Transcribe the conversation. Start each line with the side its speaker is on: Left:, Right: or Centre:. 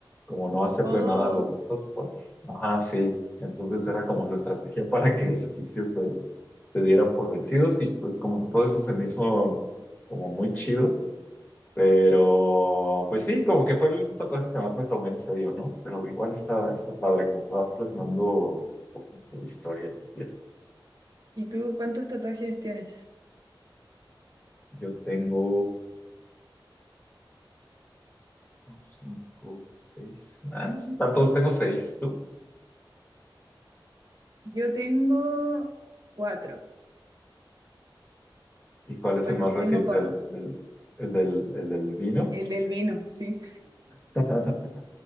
Left: como no hacerle
Right: Oh,
Left: nada a los gatos. pues. Ajá, sí. Entonces era como su estrategia <laughs> para que los egipcios se, se dieran por vencidos y pues como que todo eso se me hizo como muy chido. Pero, pues sí, como que fue el tatuaje que más me tomé en serio, ¿no? Pero igual está, está padre, como que vas plasmando un poco tu historia en tu piel.
Right: ¿y tú cuántos tatuajes tienes?
Left: Yo tengo no, cinco, seis. Ah, no son tantos, tengo seis. ¿Tú?
Right: Yo tengo cuatro.
Left: ¿Y cuál
Right: Igual
Left: es el más reciente?
Right: tengo pocos.
Left: ¿El, el- del, el del, el del vino?
Right: El del vino, sí.
Left: <laughs>